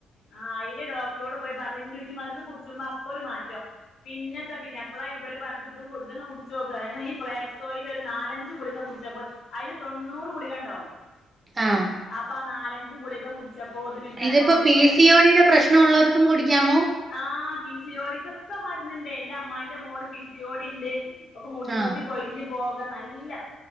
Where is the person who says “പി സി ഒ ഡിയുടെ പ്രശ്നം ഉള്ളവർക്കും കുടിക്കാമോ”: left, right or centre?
Right